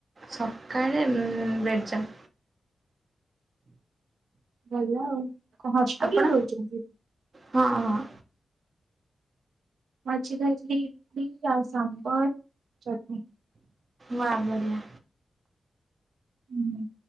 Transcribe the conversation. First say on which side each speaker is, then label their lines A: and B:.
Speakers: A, on the right (about 30°); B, on the right (about 75°).
A: ସକାଳେ ବ୍ରେଡ୍ ଯାମ୍।
B: ଭଲ ଆଉ କଣ ହଷ୍ଟେଲରେ
A: ଆପଣ?
B: ରହୁଛନ୍ତି?
A: ହଁ ହଁ।
B: ମୁ ଆଜି ଖାଇଥିଲି ଇଡିଲ୍ ଆଉ ସାମ୍ଭର ଚଟିନ୍।
A: ବା ବଢିଆ।
B: ହୁଁ।